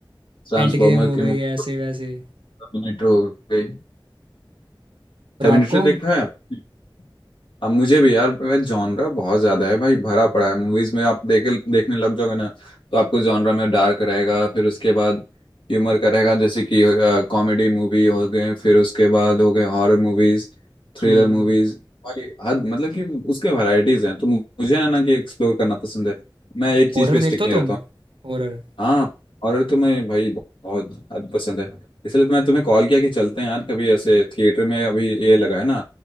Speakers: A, on the left; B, on the right.
A: ट्रांसफॉर्मर
B: एंड गेम हो
A: की
B: गई
A: मूवी,
B: है, ऐसे वैसे
A: टर्मिनेटर हो गई
B: और
A: टर्मिनेटर
B: आपको
A: देखा है आपने अब मुझे भी यार जॉनरा बहुत ज्यादा है भाई भरा पड़ा है मूवीज में आप देखे देखने लग जाओगे ना तो आपको जॉनरा में डार्क रहेगा फिर उसके बाद ह्यूमर का रहेगा जैसे कि कॉमेडी मूवी हो गए फिर उसके बाद हो गए हॉरर मूवीज थ्रिलर
B: हम्म
A: मूवीज भाई हद मतलब कि उसके वैरायटीज हैं तो मुझे है ना कि एक्सप्लोर करना पसंद है मैं एक चीज
B: हॉरर
A: पे स्टिक
B: देखते हो
A: नहीं रहता
B: तुम
A: हूँ
B: हॉरर
A: हाँ हॉरर तो मैं भाई बहुत हद पसंद है इसलिए तो मैं तुम्हें कॉल किया कि चलते हैं यार कभी ऐसे थिएटर में अभी ये लगा है ना